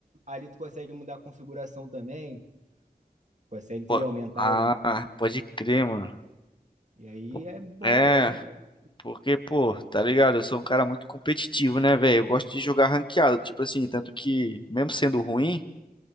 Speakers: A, on the right (about 50°); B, on the left (about 30°).
A: ali tu consegue mudar a configuração também, consegue, entendeu?
B: Pô,
A: Aumentar
B: ah,
A: o.
B: pode crer, mano.
A: E aí
B: Pô,
A: é bom,
B: É,
A: pô, é bom treinar.
B: porque, pô, tá ligado? Eu sou um cara muito competitivo, né, velho? Eu gosto de jogar ranqueado, tipo assim, tanto que, mesmo sendo ruim.